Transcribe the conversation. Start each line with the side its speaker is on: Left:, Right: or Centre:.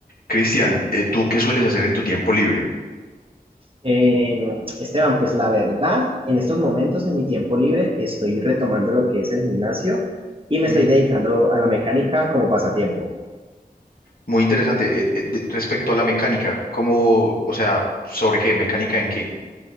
Left: Cristian, eh, ¿tú qué sueles hacer en tu tiempo libre?
Right: Eh, Esteban, pues la verdad, en estos momentos, en mi tiempo libre, estoy retomando lo que es el gimnasio y me
Left: Mm,
Right: estoy dedicando a la mecánica como pasatiempo.
Left: muy interesante. Eh, eh, de- respecto a la mecánica, ¿cómo, o sea, sobre qué? ¿Mecánica en qué?